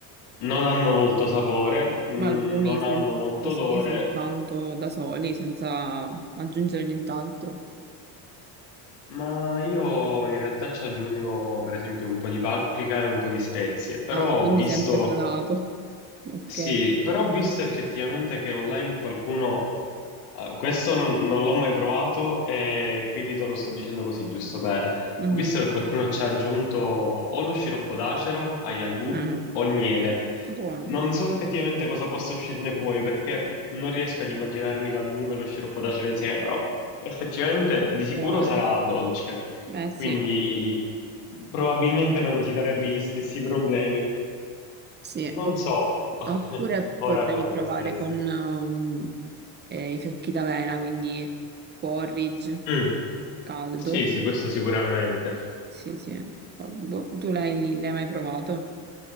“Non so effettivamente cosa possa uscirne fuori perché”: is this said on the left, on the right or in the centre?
Left